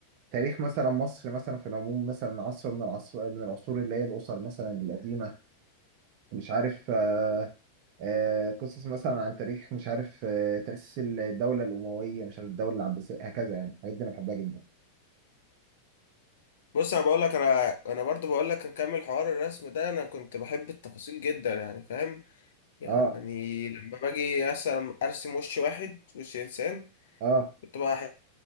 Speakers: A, on the right; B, on the left.
A: تاريخ مثلا مصر مثلا في العموم مثلا عصر من العصر من العصور اللي هي الاسر مثلا القديمة مش عارف آه، آه، قصص مثلا عن تاريخ مش عارف آه، تأسيس الدولة الأموية مش عارف الدولة العباسية هكذا يعني الحاجات دي أنا بحبها جدا
B: بص انا بقول لك انا انا برضو بقول لك نكمل حوار الرسم ده انا كنت بحب التفاصيل جدا يعني فاهم يعني
A: اه
B: لما باجي مثلا ارسم وش واحد وش انسان
A: اه
B: كنت بقى احب